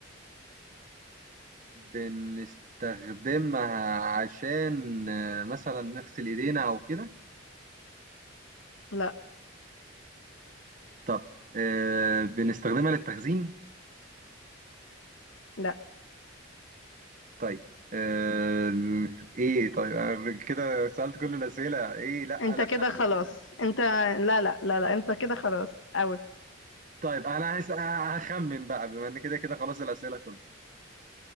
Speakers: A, on the right; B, on the left.
A: بنستخدمها عشان آه، مثلا نغسل ايدينا او كده
B: لا
A: طب آه، بنستخدمها للتخزين
B: لا
A: طيب آه، ايه طيب أنا كده سألت كل الأسئلة ايه لا
B: انت
A: لا
B: كده خلاص انت لا لا لا لا انت كده خلاص اوت
A: طيب انا هس- هخمن بقى بما ان كده كده خلاص الأسئلة خلصت